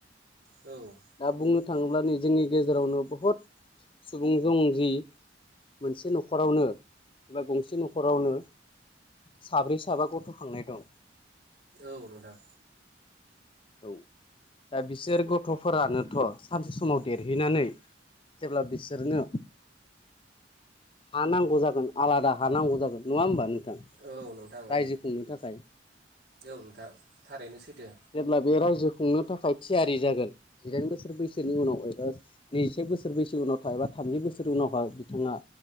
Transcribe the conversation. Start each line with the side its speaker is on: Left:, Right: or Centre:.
Right: औ।
Left: दा बुंनो थाङोब्ला नै जोंनि गेजेरावनो बहुद सुबुं जं जि मोनसे न'खरावनो एबा गंसे न'खरावनो साब्रै साबा गथ' खांनाय दं।
Right: औ नोंथां।
Left: औ दा बिसोर गथ'फोरानोथ' सानसे समाव देरहैनानै जेब्ला बिसोरनो हा नांगौ जागोन आलादा हा नांगौ जागोन नङा होमबा नोंथां
Right: औ नोंथां
Left: रायजो
Right: औ
Left: खुंनो थाखाय
Right: औ नोंथां थारैनो सैथो।
Left: जेब्ला बेयो रायजो खुंनो थाखाय थियारि जागोन जिदाइन बोसोर बैसोनि उनाव एबा नैजिसे बोसोर बैसो उनाव थायाबा थामजि बोसोर उनावहा बिथाङा